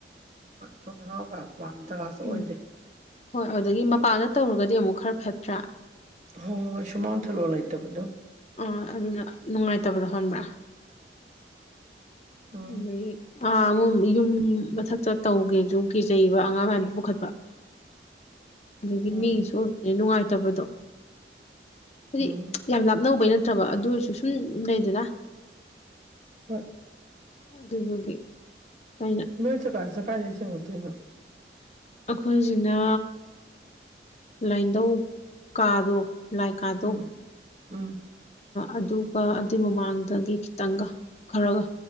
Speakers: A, on the right (about 40°); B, on the left (about 35°).
A: ꯍꯣꯏ ꯊꯣꯡ ꯊꯅꯥꯎ ꯀ ꯄꯥꯝ ꯖꯒꯥꯁꯨ
B: ꯎꯝ
A: ꯑꯣꯏꯗꯦ
B: ꯍꯣꯏ ꯑꯗꯨꯗꯒꯤ ꯃꯄꯥꯟꯗ ꯇꯧꯔꯒꯗꯤ ꯑꯃꯨꯛ ꯈꯔ ꯐꯠꯇ꯭ꯔꯥ
A: ꯍꯣꯏ ꯍꯣꯏ ꯁꯨꯃꯥꯡ ꯊꯥꯂꯣ ꯂꯩꯇꯕꯗꯣ
B: ꯑꯥ ꯑꯗꯨꯅ ꯅꯨꯡꯉꯥꯏꯇꯕꯗ ꯍꯟꯕ꯭ꯔꯥ
A: ꯎꯝ
B: ꯑꯗꯒꯤ ꯑꯥ ꯑꯃꯨꯛ ꯌꯨꯝ ꯃꯊꯛꯇ ꯇꯧꯒꯦꯁꯨꯨ ꯀꯦ ꯆꯩꯩꯕ ꯑꯉꯥꯡ ꯃꯌꯥꯝꯗꯣ ꯄꯨꯈꯠꯄ <unintelligible> ꯑꯗꯒꯤ
A: ꯎꯝ
B: ꯃꯤꯁꯨ ꯑꯣꯏꯕꯅ ꯅꯨꯡꯉꯥꯏꯇꯕꯗꯣ ꯍꯧꯖꯤꯗꯤ
A: ꯎꯝ
B: ꯌꯥꯝ ꯂ ꯑꯅꯧꯕꯩ ꯅꯠꯇ꯭ꯔꯕ ꯑꯗꯨ ꯑꯣꯏꯔꯁꯨ ꯁꯨꯝ ꯂꯩꯗꯅ
A: ꯍꯣꯏ
B: ꯑꯗꯨꯅꯗꯤ ꯐꯥꯏꯅ
A: ꯅꯣꯏ ꯆ ꯀꯥꯁ ꯀꯥꯁꯤ ꯅꯠꯇꯣꯏꯅ
B: ꯑꯩꯈꯣꯏꯁꯤꯅ ꯂꯥꯏꯟꯙꯧ ꯀꯥꯗꯣ ꯂꯥꯏ ꯀꯥꯗꯣ
A: ꯎꯝ ꯎꯝ
B: ꯑꯗꯨꯒ ꯑꯗꯨꯏ ꯃꯃꯥꯡꯗꯒꯤ ꯈꯤꯇꯪꯒ ꯈꯔꯒ